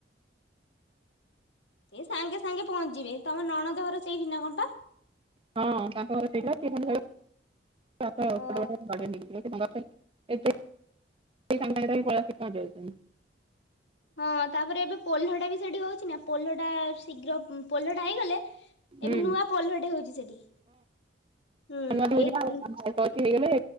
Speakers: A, on the left; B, on the right.
A: ଏ ସାଙ୍ଗେ ସାଙ୍ଗେ ପହଞ୍ଚିଯିବେ। ତମ ନଣଦ ଘର ସେଇଠି ନା କଣ ବା?
B: ହଁ ତାଙ୍କ ଘର ସେଇଠି ବା ସେ
A: ଓ
B: ଖାଲି କହିବ <unintelligible> ସାଙ୍ଗେ ସାଙ୍ଗେ ଯାଇ ପଳେଇଆସି ରହିଯାଉଚନ୍ତି।
A: ହଁ ତାପରେ ଏବେ ପୋଲଟା ବି ସେଠି ହଉଚି ନା ପୋଲଟା ଶୀଘ୍ର ପୋଲଟା ହେଇଗଲେ
B: ହୁଁ
A: ଏବେ ନୂଆ ପୋଲଟେ ହଉଚି ସେଠି। ହୁଁ
B: ଆମେ ଯିବା
A: ଏଇ
B: ନୂଆ ପୋଲ ହେଇଗଲେ।